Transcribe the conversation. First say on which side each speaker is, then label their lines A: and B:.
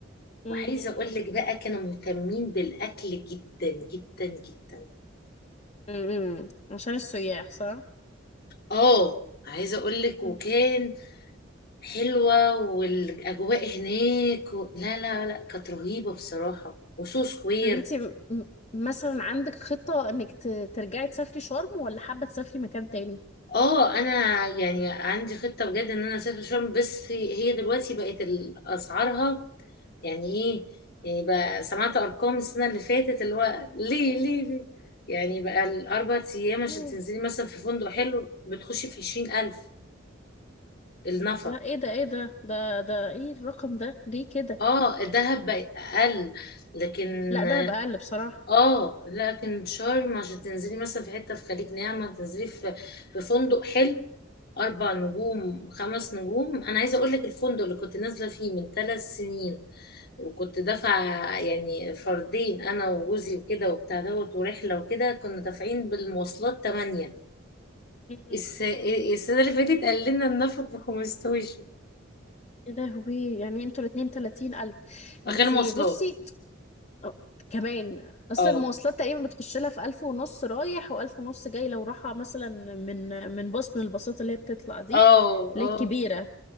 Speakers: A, on the left; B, on the left.
A: امم
B: وعايزة أقول لك بقى كانوا مهتمين بالأكل جدا جدا جدا
A: امم عشان السياح صح
B: آه عايزة أقول لك
A: مم.
B: وكان حلوة والأجواء هناك و... لا لا لا كانت رهيبة بصراحة وسو سكوير
A: طب انتي م- م- مثلا عندك خطه انك ت- ترجعي تسافري شرم ولا حابه تسافري مكان تاني
B: اه انا يعني عندي خطه بجد ان انا اسافر شرم بس هي دلوقتي بقت ال- اسعارها يعني ايه يعني بقى سمعت ارقام السنه اللي فاتت اللي هو ليه ليه ليه يعني بقى الاربع ايام عشان
A: مم.
B: تنزلي مثلا في فندق حلو بتخشي في عشرين الف النفر
A: لا ايه ده ايه ده ده ده ايه الرقم ده ليه كده
B: اه الدهب بقى اقل لكن
A: لا ده هبقى اقل بصراحه
B: اه لكن شرم عشان تنزلي مثلا في حته في خليج نعمه تنزلي في في فندق حلو اربع نجوم خمس نجوم انا عايزه اقول لك الفندق اللي كنت نازله فيه من ثلاث سنين وكنت دافعة يعني فردين أنا وجوزي وكده وبتاع دوت ورحلة وكده كنا دافعين بالمواصلات تمانية
A: مم.
B: الس... السنة اللي فاتت قال لنا النفر بخمستاشر
A: يا لهوي يعني انتوا الاتنين تلاتين ألف
B: غير
A: انتي
B: مواصلات
A: بصي أه، كمان اصلا
B: اه
A: المواصلات تقريبا بتخش لها في ألف ونص رايح وألف ونص جاي لو رايحة مثلا من من باص من الباصات اللي هي بتطلع دي
B: اه
A: اللي
B: اه
A: هي الكبيرة